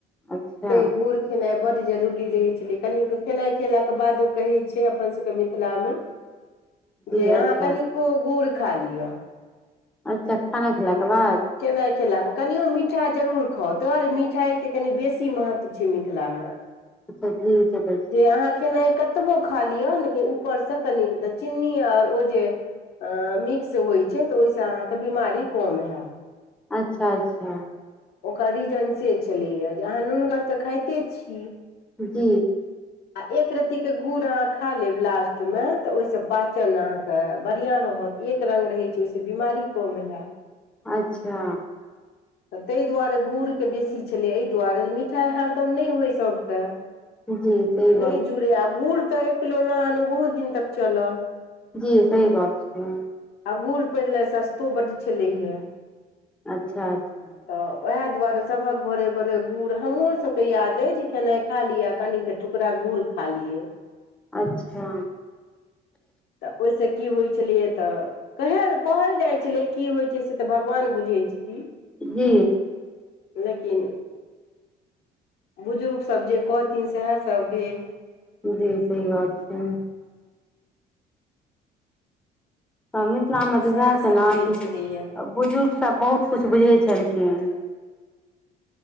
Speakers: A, in the centre; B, on the left.
A: अच्छा
B: त गुर <unintelligible> खेनाई बड जरूरी रहे छले कनो खेनाई खेलाक के बाद ओ कहे छै अपन सब के मिथिला मे
A: जी
B: जे अहाँ
A: अच्छा
B: कनिको गुड़ खा लिअ
A: अच्छा खाना खेलाके बाद
B: केनाई खेलाक कनिओ मिठा जरूर खाउ तोर मिठाईके कनि बेसी महत्व छै मिथिलामे
A: अच्छा जी सब
B: जे अहाँ खेनाइ कतबो खा लिअ लेकिन ऊपरसँ कनि चीन्नी आर ओ जे अ मिक्स होइ छै तऽ ओहिसँ अहाँके बीमारी कम हैत
A: अच्छा अच्छा
B: ओकर रीजन से छलैए जे अहाँ नूनगर तऽ खाइते छी
A: जी
B: आ एक रत्तीके गुड़ अहाँ खा लेब लास्ट मे तऽ ओहिसँ पाचन अहाँके बढ़िआं रहत एक रंग रहै छै ओहिस बीमारी कम हयत
A: अच्छा
B: तऽ ताहि दुआरे गुड़के बेसी छलै एहि दुआरे मिठाई हरदम नहि होइ सभके
A: जी सही
B: नहि
A: गप
B: जुड़े आ गुड़ तऽ एकिलो लहानो बहुत दिन तक चलल
A: जी सही बात छै
B: अगूर पहिले सस्तो बड छलै हे
A: अच्छा अच्छा
B: तऽ वएह दुआरे सभक घरे घरे गुढ़ हमहरो सबकेँ याद अ जे खेनाइ खा लिअ कनि क टुकरा गुड़ खा लियै
A: अच्छा
B: तऽ ओहिसँ की होइ छलियै तऽ कहय कहल जाइ छलै की होइत छै से तऽ भगवान बुझैत छथिन
A: जी
B: लेकिन बुजुर्गसभ जे कहथिन सएहसभ भेल
A: जी सही बात छै त मिथिलामे तऽ
B: सएहसभ
A: वएह छै ने
B: रहै
A: कि
B: छलैए
A: बुजुर्गसभ बहुत किछु बुझै छलखिन